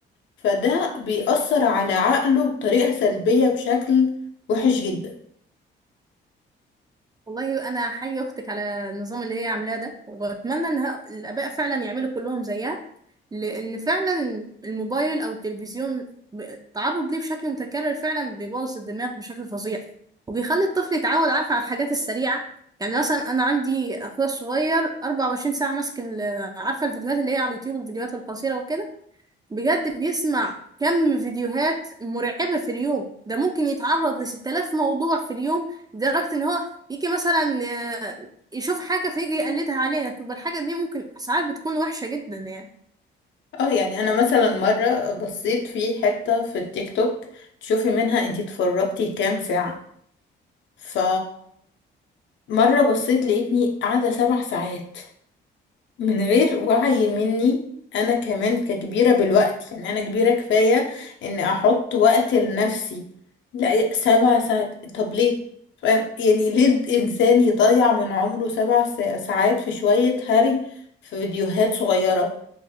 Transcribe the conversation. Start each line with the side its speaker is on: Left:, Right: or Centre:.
Left: فده بيأثر على عقله بطريقة سلبية بشكل وحش جدا
Right: والله أنا حي أختك على النظام اللي هي عاملاه ده وأتمنى إن ه- الآباء فعلا يعملوا كلهم زيها لأن فعلا الموبايل أو التلفزيون ب- التعرض ليه بشكل متكرر فعلا بيبوظ الدماغ بشكل فظيع وبيخلي الطفل يتعود عارفة على الحاجات السريعة يعني مثلا أنا عندي أخويا الصغير 24 ساعة ماسك ال- عارفة الفيديوهات اللي هي على اليوتيوب الفيديوهات القصيرة وكده بجد بيسمع كم فيديوهات مرعبة في اليوم ده ممكن يتعرض ل 6000 موضوع في اليوم لدرجة إن هو يجي مثلا آه، يشوف حاجة فيجي يقلدها علينا تبقى الحاجة دي ممكن ساعات بتكون وحشة جدا يعني
Left: اه يعني انا مثلا مرة بصيت في حتة في التيك توك تشوفي منها انتي اتفرجتي كام ساعة ف مرة بصيت لقيتني قاعدة سبع ساعات من غير وعي مني انا كمان ككبيرة بالوقت يعني انا كبيرة كفاية اني احط وقت لنفسي لا سبع ساعات طب ليه فاهم؟ يعني ليه الانسان يضيع من عمره سبع سا- ساعات في شوية هري في فيديوهات صغيرة